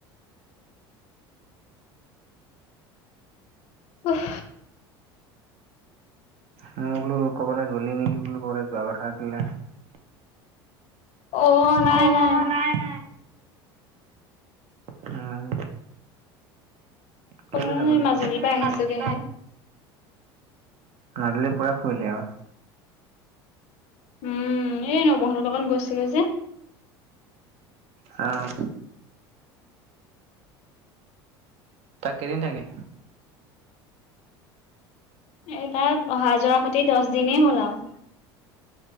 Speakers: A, on the left; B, on the right.
A: উফ।
B: মই বোলো ক'বালে গ'লি নেকি বোলো <unintelligible>
A: অ', নাই,
B: অ'
A: নাই।
B: নাই। উম কেলে
A: <unintelligible>
B: নগলি?
A: মাজুলীৰ পৰা আহিছোগেহে।
B: মাজুলীৰ মাজুলীৰ পুৰা ফুৰিলি আৰু।
A: উম, এই নবৌহঁতৰ লগত গৈছিলো যে।
B: অহ। তাক কেইদিন থাকিলি?
A: এ তাত অহা যোৱা সতি দচ দিনেই হ'ল আৰু।